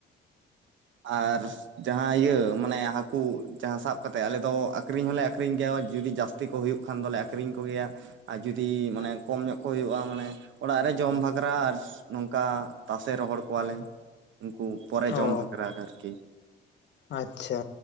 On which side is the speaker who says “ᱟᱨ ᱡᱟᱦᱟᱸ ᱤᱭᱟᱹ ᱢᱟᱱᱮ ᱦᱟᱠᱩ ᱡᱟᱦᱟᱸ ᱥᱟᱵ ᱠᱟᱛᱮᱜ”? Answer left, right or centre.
Right